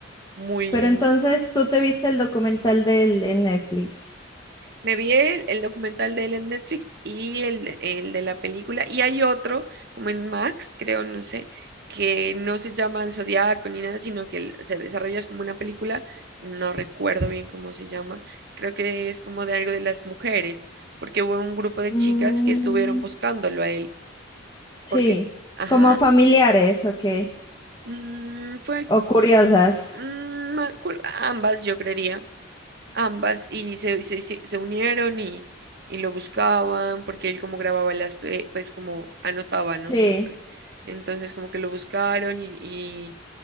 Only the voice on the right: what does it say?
muy...
Me vi el, el documental de él en Netflix y el, el de la película. Y hay otro, como en Max, creo, no sé, que no se llama El Zodiaco ni nada, sino que el- se desarrolla es como una película, no recuerdo bien cómo se llama, creo que es como de algo de las mujeres, porque hubo un grupo de
chicas que estuvieron buscándolo a él
porque, ajá,
mm, fue
s-
mm, me acuer- ambas, yo creería, ambas, y se, se, se- se unieron y, y lo buscaban, porque él como grababa las, pe- pues como anotaba, ¿no?
Siempre. Entonces como que lo buscaron y, y